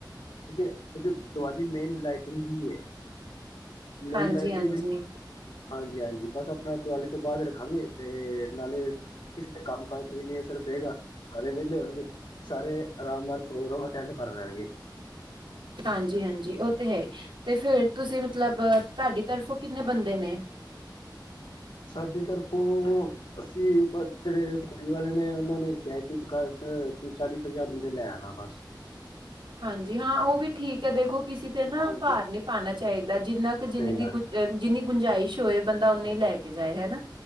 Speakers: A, on the left (about 80°); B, on the right (about 85°).
A: ਠੀਕ ਹੈ, ਤੁਂਕਿ। ਦੀ ਵਾਲੀ ਮੇਨ ਲਾਈਟਿੰਗ ਵੀ ਹੈ, ਮੇਨ
B: ਹਾਂਜੀ-ਹਾਂਜੀ
A: ਲਾਈਟਿੰਗ ਵੀ। ਹਾਂਜੀ ਹਾਂਜੀ ਬਸ ਆਪਣਾ ਦਿਵਾਲੀੇ ਤੋਂ ਬਾਅਦ ਰੱਖਾਂਗੇ ਤੇ ਨਾਲੇ ਕਿਸੇ ਨੇ ਕੰਮ। ਾਂਅਜ ਚ ਵੀ ਨੀ ਅਸਰ ਪਏਗਾ ਸਾਰੇ ਵਿਹਲੇ ਹੋਣਗੇ ਸਾਰੇ ਆਰਾਮ ਨਾਲ ਪ੍ਰੋਗਰਾਮ। ਅਟੈਂਡ ਕਰ ਲੈਣਗੇ
B: ਹਾਂਜੀ, ਹਾਂਜੀ ਉਹ। ਤੇ ਹੈ ਤੇ ਫੇਰ ਤੁਸੀਂ ਮਤਲਬ ਤੁਹਾਡੀ ਤਰਫੋਂ ਕਿੰਨੇ ਬੰਦੇ ਨੇ।
A: ਸਾਡੇ ਤਰਫੋਂ। ਅਸੀਂ ਬਸ ਜਿਹੜੇ ਕੁੜੀ ਵਾਲੇ ਨੇ ਉਹਨਾਂ ਨੇ ਕਿਹਾ ਕਿ ਬਰਾਤ ਕਿ ਚਾਲੀ ਪੰਜਾਹ ਬੰਦੇ ਲੈ ਆਣਾ ਬਸ।
B: ਹਾਂਜੀ ਹਾਂ ਉਹ ਵੀ ਠੀਕ ਹੈ ਦੇਖੋ ਕਿਸੇ ਤੇ ਨਾ
A: ਹਾਂਜੀ
B: ਭਾਰ ਨਹੀਂ ਪਾਉਣਾ ਚਾਹੀਦਾ ਜਿੰਨਾ। ਜਿੰਨੀ
A: ਸਹੀ ਗੱਲ ਹੈ।
B: ਦੀ ਗੁੰਜਾਇਸ਼ ਹੋਏ ਬੰਦਾ ਓਨੀ ਹੀ ਲੈ ਕੇ ਜਾਏ ਹਨਾ।